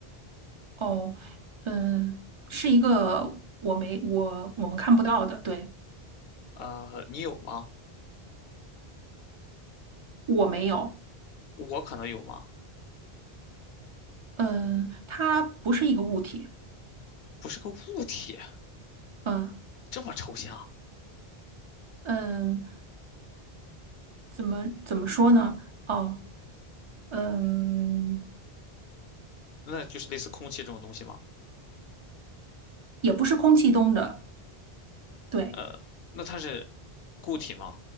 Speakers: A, on the right; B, on the left.
A: 哦，嗯，是一个我没我我们看不到的，对，
B: 呃，你有吗？
A: 我没有，
B: 我可能有吗？
A: 嗯，它不是一个物体，
B: 不是个物体，
A: 嗯
B: 这么抽象，
A: 嗯，怎么怎么说呢？哦，嗯，
B: 那就是类似空气这种东西吗？
A: 也不是空气中的，对。
B: 呃，那它是固体吗？